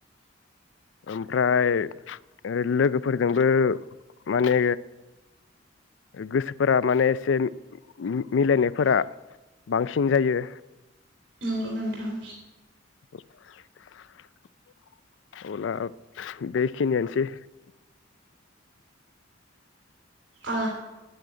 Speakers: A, on the left; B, on the right.
A: ओमफ्राय लोगोफोरजोंबो माने गोसोफोरा माने एसे मिलायनायफोरा बांसिन जायो
B: नंगौ नोंथां
A: <inaudible> अब्ला बेखिनियानोसै
B: आ